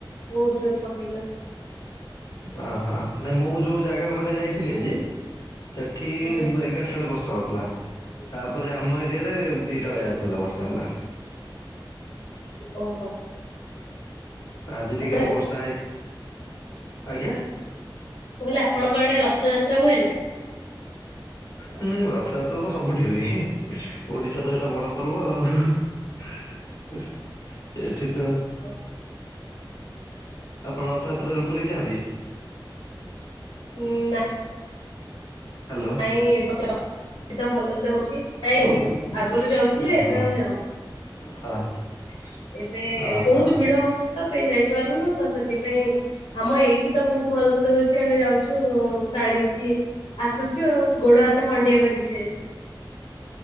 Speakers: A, on the left; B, on the left.
A: ବହୁତ୍ ଜୋର ପକେଇଥିଲା।
B: ଅ ହଁ, ନାଇଁ ମୁଁ ଯୋଉ ଜାଗା କୁ ଗୋଟେ ଯାଇଥିଲି ଆଜି ସେଠି
A: ଆଜ୍ଞା
B: ଏଗାରଟା ବେଳେ ବର୍ଷା ହଉଥିଲା। ତାପରେ ଆମ ଏରିଆ ରେ ଦିଟା ବେଳିଆ ଆସିଗଲା ବର୍ଷା ହେଲା।
A: ଓହୋ।
B: ଆଜି ଟିକେ
A: ହେଲା
B: ବର୍ଷା ହେଇଚି। ଆଜ୍ଞା?
A: ମୁଁ କହିଲେ ଆପଣଙ୍କ ଆଡେ ରଥଯାତ୍ରା ହୁଏ ନା?
B: ହୁଁ ରଥଯାତ୍ରା ତ ସବୁଠି ହୁଏ। ଓଡିଶାର ସେଟା ବଡ ପର୍ବ ଆଉ। ଏଠିତ
A: <unintelligible>
B: ଆପଣ ରଥଯାତ୍ରା ରେ ପୁରୀ ଯାଆନ୍ତି?
A: ନା।
B: ହ୍ୟାଲୋ
A: ନାଇଁ। <unintelligible> ଏଠିତ ଭଲ ସେ ହଉଚ। ନାଇଁ, ଆଗରୁ ଯାଉଥିଲୁ
B: ଓହୋ
A: ଏବେ ଆଉ ଯାଉନୁ।
B: <unintelligible>
A: ଏବେ
B: ଓହୋ।
A: ବହୁତ ଭିଡ ହଉଚି। ତ କେହି ଯାଇପାରୁନୁ। ତ ସେଥିପାଇଁ ଆମ ଏଇଠି ତ ବହୁତ ଭଲସେ ହଉଛି ଆମେ ଯାଉଛୁ ଟାଣିକି ଆସୁଛୁ ଆଉ। ଗୋଡ ହାତ ଖଣ୍ଡିଆ କରିକି ଫେରେ।